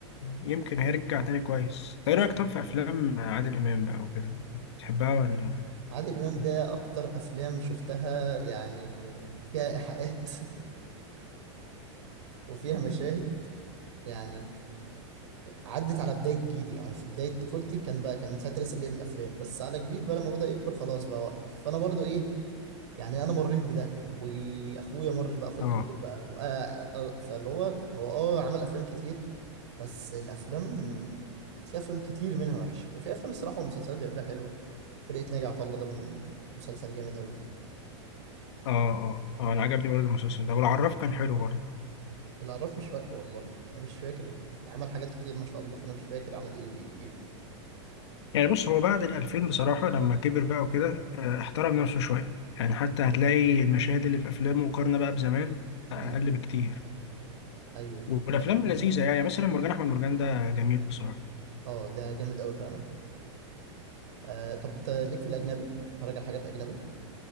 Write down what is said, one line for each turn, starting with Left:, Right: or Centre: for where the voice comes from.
Left: يمكن هيرجع تاني كويس ايه رايك طب
Right: يعني
Left: في افلام عادل امام بقى وكده بتحبها ولا <laughs>
Right: عادل إمام
Left: إيه؟
Right: ده أكتر أفلام شفتها يعني فيها إيحاءات <laughs> وفيها مشاهد يعني عدت على بداية جيلي يعني في بداية طفولتي كان بقى كان ساعتها لسه بيعمل أفلام بس على كبير بقى لما بدأ يكبر خلاص بقى وقف فأنا برضو إيه يعني أنا مريت بده وأخويا مر بقى أخويا
Left: اه
Right: الكبير بقى وأ... أ- فاللي هو هو أه عمل أفلام كتير بس الأفلام في أفلام كتير منها وحشة وفي أفلام الصراحة ومسلسلات بيعملها حلوة فرقة ناجي عطا الله ده من مسلسل جامد أوي
Left: اه اه اه انا عجبني برضه المسلسل ده والعراف كان حلو برضه
Right: العراف مش فاكره والله يعني انا مش فاكر عمل حاجات كتير ما شاء الله فانا مش فاكر عمل ايه وايه وايه
Left: يعني بص هو بعد ال 2000 بصراحة لما كبر بقى وكده آه، احترم نفسه شوية يعني حتى هتلاقي المشاهد اللي في أفلامه مقارنة بقى بزمان أقل
Right: مم.
Left: بكتير
Right: ايوه
Left: والأفلام
Right: دي حقيقة.
Left: لذيذة يعني مثلا مرجان أحمد مرجان ده جميل بصراحة
Right: اه ده جامد قوي فعلا آه طب انت ليك في الاجنبي اتفرج على حاجات اجنبي